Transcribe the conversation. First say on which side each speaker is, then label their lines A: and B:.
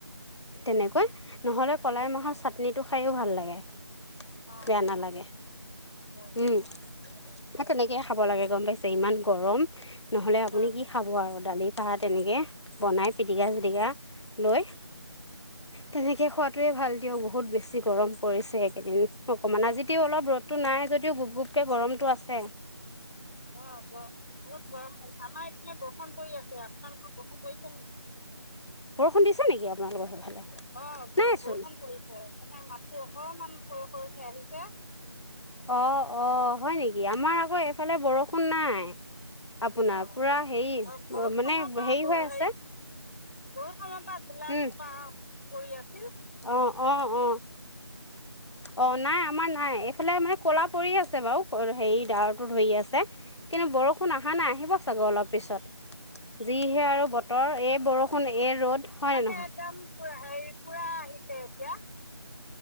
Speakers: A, on the left (about 85°); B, on the left (about 35°).
A: তেনেকৈ, নহ'লে কলাই মাহৰ
B: হয়
A: চাটনিটো খায়ো ভাল লাগে।
B: অ
A: বেয়া
B: ভাল
A: নালাগে,
B: হয়
A: উম, সেই তেনেকে খাব লাগে গম পাইছে, ইমান গৰম, নহ'লে আপুনি
B: হয়
A: কি খাব আৰু, দালি, ভাত তেনেকে বনাই পিটিকা, চিটিকা লৈ
B: <inaudible>
A: তেনেকেই খোৱাতোৱে ভাল দিয়ক, বহুত বেছি গৰম পৰিছে, একেদিন অকমান আজিতেও অলপ ৰ'দ টো নাই যদিও গুপ, গুপকে গৰমটো আছে।
B: অ', ক? বহুত গৰম পাইছে, আমাৰ এপিনে বৰষূণ পৰি আছে, আপোনালোকৰ বৰষূণ পৰিছে নেকি?
A: বৰষুণ দিছে নেকি আপোনালোকৰ সেইফালে
B: অ', বৰষুণ
A: নাইচোন
B: পৰি পৰে মানে, মাতটো অকনমান সৰু, সৰুকে আহিছে।
A: অ', অ', হয় নেকি? আমাৰ আকৌ এইফালে বৰষুণ নাই। আপোনাৰ,
B: অ
A: পুৰা
B: ব-
A: হেৰি,
B: অ বহুত সময়ৰ
A: মানে
B: পৰা
A: হেৰি
B: ব-
A: হৈ আছে।
B: বহুত সময় পৰা গোলা,
A: উম
B: জোপা পৰি আছে।
A: অ', অ', অ- অহ'।
B: <inaudible>
A: অ', নাই, আমাৰ নাই, এইফালে মানে ক'লা পৰি আছে বাৰু, হেৰি ডাৱৰটো ধৰি আছে। কিন্তু বৰষুণ অহা নাই, আহিব চাগৈ অলপ পিছত, যিহে আৰু বতৰ, এই বৰষুণ এই ৰ'দ হয়নে
B: আমাৰ যে
A: নহয়?
B: একদম পুৰা হেৰি পোৰা আহিছে এতিয়া।